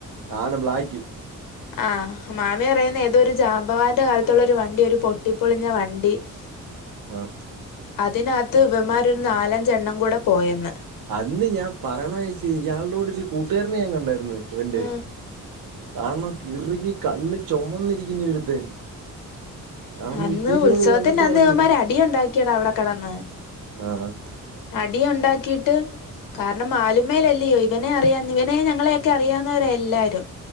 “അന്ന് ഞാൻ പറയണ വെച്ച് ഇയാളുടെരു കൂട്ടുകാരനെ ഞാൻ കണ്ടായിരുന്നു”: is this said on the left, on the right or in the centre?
Right